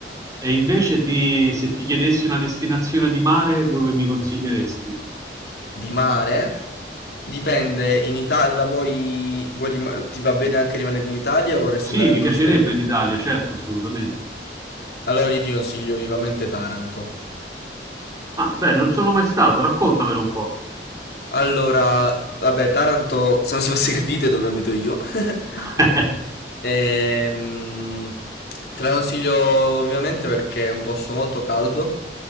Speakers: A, on the right; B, on the left.
A: E invece ti- se ti chiedessi una destinazione di mare, dove mi consiglieresti?
B: Di mare, dipende, in Italia vuoi, vuoi rima- ti va bene anche rimanere in Italia o vorresti
A: Sì,
B: andare
A: mi
B: anche
A: piacerebbe
B: fuori?
A: in Italia, certo, assolutamente.
B: Allora io ti consiglio vivamente Taranto.
A: Ah, bene, non sono mai stato, raccontamelo un po'.
B: Allora, vabbè, Taranto, so se non si fosse capite dove abito io. <laughs>
A: <laughs>
B: Ehm, te la consiglio ovviamente perché è un posto molto caldo,